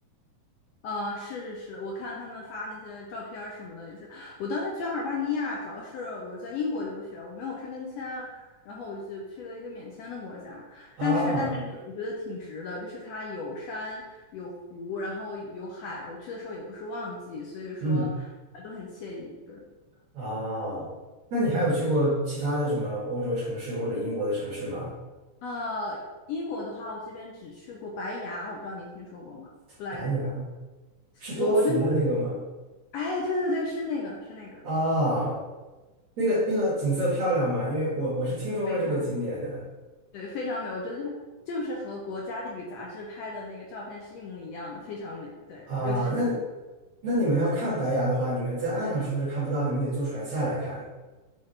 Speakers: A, on the left (about 75°); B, on the right (about 60°).
A: 呃，是是是，我看他们发那些照片儿什么的也是，我当时去阿尔巴尼亚，主要是我在英国留学，我没有申根签，然后我就去了一个免签的国家，
B: 啊，
A: 但是但是我觉得挺值的，就是它有山有湖，然后有海，我去的时候也不是旺季，所以说
B: 嗯
A: 呃都很惬意，对。
B: 啊，那你还有去过其他的什么欧洲城市或者英国的城市吗？
A: 呃，英国的话，我这边只去过白崖，我不知道您听说过吗？布莱顿，
B: 白崖是多福的那个吗？
A: 我我觉得那，哎，对对对，是那个，是那个，
B: 啊，那个那个景色漂亮吗？因为我我是听说过这个景点的
A: 非常对，非常美。我觉得就是就是和国家地理杂志拍的那个照片是一模一样的，非常美。对，
B: 啊，
A: 尤其是
B: 那那你们要看白崖的话，你们在岸上是不是看不到？你们得坐船下来看。